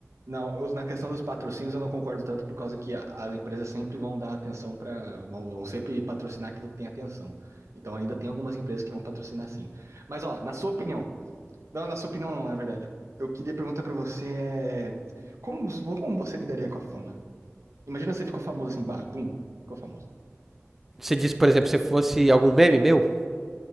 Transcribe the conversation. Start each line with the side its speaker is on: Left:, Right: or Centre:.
Right: Não, eu- na questão dos patrocínios eu não concordo tanto por causa que a- as empresas sempre vão dar atenção para, vão, vão sempre patrocinar aquilo que tem atenção. Então ainda tem algumas empresas que vão patrocinar sim. Mas ó, na sua opinião, não, na sua opinião não, na verdade. Eu queria perguntar pra você é, como, como você lidaria com a fama? Imagina você ficou famoso assim, bah, pum, ficou famoso.
Centre: Você disse, por exemplo, se fosse algum meme meu,